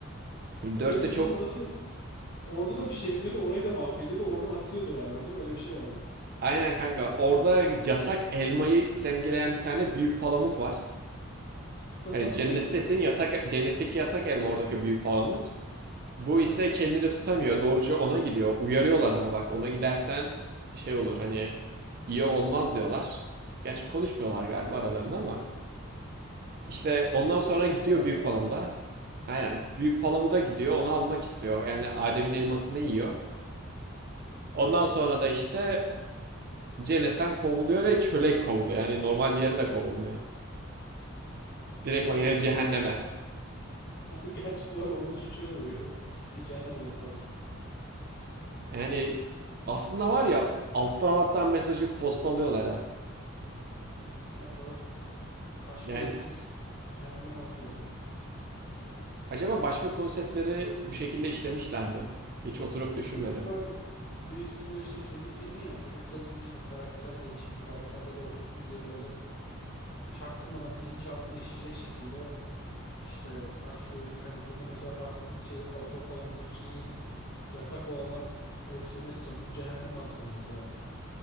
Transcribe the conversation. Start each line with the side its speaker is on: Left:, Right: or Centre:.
Right: Dörtte
Left: Oraya gidiyor
Right: çok
Left: sonra orası orada da bir şey yapıyordu. Orayı da mahvediyordu. Oradan atılıyordu galiba değil mi? Öyle bir şey vardı.
Right: Aynen kanka. Orada yasak elmayı simgeleyen bir tane büyük palamut var.
Left: <laughs>
Right: Hani cennettesin yasak cennetteki yasak elma oradaki büyük palamut. Bu
Left: Aha.
Right: ise kendini tutamıyor. Doğruca ona gidiyor. Uyarıyorlar ama bak ona gidersen şey olur hani iyi olmaz diyorlar. Gerçi konuşmuyorlar galiba aralarında ama. İşte
Left: Bir
Right: ondan
Left: şekilde
Right: sonra
Left: belli
Right: gidiyor
Left: ediyorlardı
Right: büyük
Left: galiba
Right: palamuda.
Left: ya.
Right: Aynen büyük palamuda gidiyor onu almak istiyor. Yani Adem'in elmasını yiyor. Ondan sonra da işte cennetten kovuluyor ve çöle kovuluyor. Yani normal bir yere de kovulmuyor. Direktman
Left: Çöle
Right: yani
Left: mi?
Right: cehenneme.
Left: <laughs> Gerçi doğru onun için çöl oluyor orası. <laughs> Cehennem oluyor pardon.
Right: Yani aslında var ya alttan alttan mesajı postalıyorlar ha.
Left: Yani doğru. Açgözlülük
Right: Yani
Left: cehenneme atıyor
Right: acaba başka konseptleri bu şekilde işlemişler mi? Hiç oturup
Left: Ya
Right: düşünmedim.
Left: büyük ihtimal büyük ihtimal işte çocuk filmi ya. Çocukların işte karakter gelişimi, karakterleri otursun diye böyle çaktırmadan bilinçaltına işleyecek şekilde işte açgözlülük hani burada mesela bahsettiğimiz şeyde pal- çok palamutun içine yine gidip yasak olana el sürmesi sonucu cehenneme atılıyor mesela.